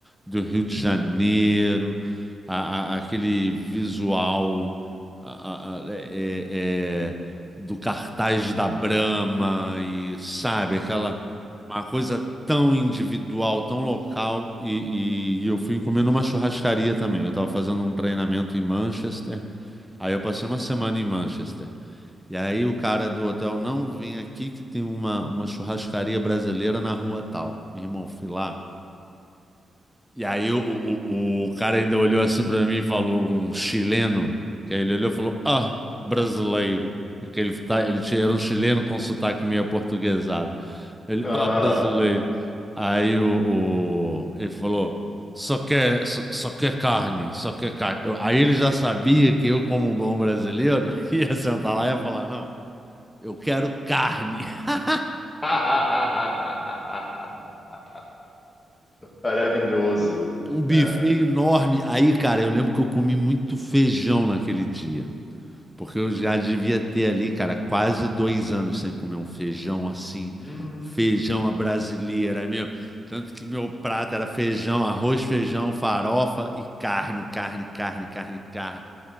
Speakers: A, in the centre; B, on the left.
A: do Rio de Janeiro, a- a- aquele visual a- a- é- é- é, do cartaz da Brahma e, sabe, aquela uma coisa tão individual, tão local, e, e- e eu fui comer numa churrascaria também. Eu estava fazendo um treinamento em Manchester, aí eu passei uma semana em Manchester. E aí o cara do hotel, não, vem aqui que tem uma, uma churrascaria brasileira na rua tal. Meu irmão, fui lá. E aí o, o, o cara ainda olhou assim pra mim e falou, um chileno, que aí ele olhou e falou, ah, brasileiro. Porque ele, tá, ele tinha- era um chileno com sotaque meio aportuguesado. Ele,
B: Aham.
A: ah, brasileiro. Aí o, o- ele falou, só quer, só, só quer carne, só quer carne. Eu- Aí ele já sabia que eu, como bom brasileiro, <laughs> ia sentar lá e ia falar, não. Eu quero carne. <laughs>
B: <laughs> Maravilhoso,
A: Um buffet
B: né?
A: enorme. Aí, cara, eu lembro que eu comi muito feijão naquele dia. Porque eu já devia ter ali, cara, quase dois anos sem comer um feijão assim.
B: Hum.
A: Feijão à brasileira mesmo. Tanto que meu prato era feijão, arroz, feijão, farofa e carne, carne, carne, carne, carne.